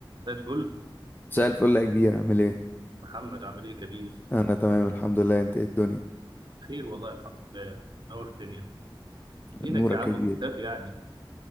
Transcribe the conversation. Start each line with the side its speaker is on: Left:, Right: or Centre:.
Right: زي الفل
Left: مساء الفل يا كبير عامل ايه؟
Right: محمد عامل ايه يا كبير
Left: انا تمام الحمد لله انت ايه الدنيا؟
Right: خير والله الحمد لله نور الدنيا فينك
Left: نورك
Right: يا عم
Left: يا
Right: مختفي
Left: كبير
Right: يعني